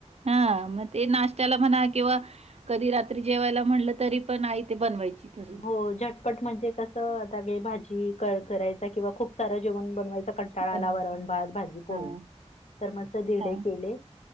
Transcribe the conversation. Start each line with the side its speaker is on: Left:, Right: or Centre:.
Right: हा मग ते नाश्त्याला म्हणा किंवा कधी रात्री जेवायला म्हटलं तरी पण आई ते बनवायची? तसं
Left: हो झटपट म्हणजे कसं आता काय भाजी करायचा? किंवा खूप सारं जेवण बनवायचं कंटाळा
Right: बनवाय
Left: आला वरण, भात, भाजी, पोळी
Right: हां,
Left: तर मस्त धिरडे
Right: हां.
Left: केले,